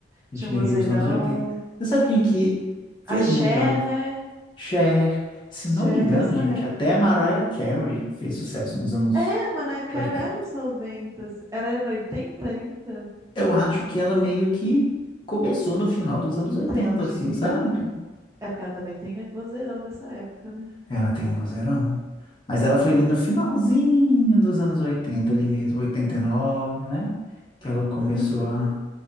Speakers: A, on the left; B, on the right.
A: Whitney
B: tinha um vozeirão.
A: Houston, anos oitenta Você sabe quem que fez
B: A Cher,
A: muita
B: né?
A: Cher. Se
B: Cher
A: não me engano,
B: dessa
A: gente,
B: época
A: até a
B: também.
A: Mariah Carey fez sucesso nos anos
B: É, a Mariah Carey
A: 80.
B: era nos 90, assim. Ela era no oitenta ainda?
A: Eu acho que ela meio que começou no final dos anos
B: Entendi.
A: 80, assim, sabe?
B: É porque ela também tem a vozeirão dessa época, né?
A: Ela tem um vozeirão. Mas ela foi ali no finalzinho dos anos oitenta
B: Hum,
A: ali mesmo, oitenta e nove, né? Que ela começou
B: uhum.
A: a